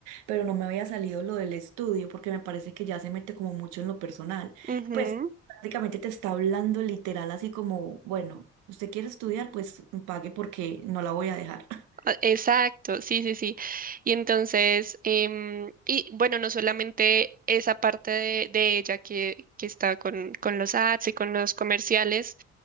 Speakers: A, on the right; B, on the right.
A: pero no me había salido lo del estudio porque me parece que ya se mete como mucho en lo personal.
B: Ujú.
A: Pues prácticamente te está hablando literal así como, bueno, usted quiere estudiar, pues pague porque no la voy a dejar. <laughs>
B: Ah, Exacto, sí, sí, sí. Y entonces, em, y bueno, no solamente esa parte de, de ella que, que está con, con los ads y con los comerciales,